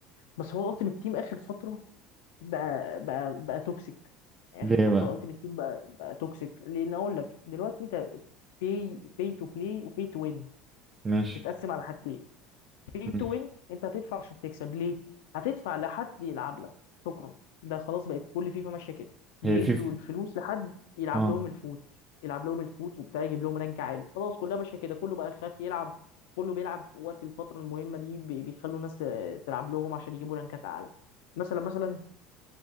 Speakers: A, on the left; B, on the right.
A: بس هو الالتيمت تيم اخر فتره بقى بقى بقى توكسيك يعني
B: ليه
A: اخر فتره
B: بقى
A: الالتيمت تيم بقى بقى توكسيك لان اقول لك دلوقتي انت في في تو بلاي وفي تو وين
B: ماشي
A: تتقسم على حاجتين pay
B: مم.
A: to win انت هتدفع عشان تكسب ليه؟ هتدفع لحد يلعب لك شكرا ده خلاص بقت كل فيفا ماشيه كده بيدوا
B: هي في
A: الفلوس لحد يلعب
B: اه
A: لهم الفوت يلعب لهم الفوت وبتاع يجيب لهم رانك عالي خلاص كلها ماشيه كده كله بقى خاف يلعب كله بيلعب في وقت الفتره المهمه دي بي- بيخلوا ناس آه، تلعب لهم عشان يجيبوا رانكات اعلى مثلا مثلا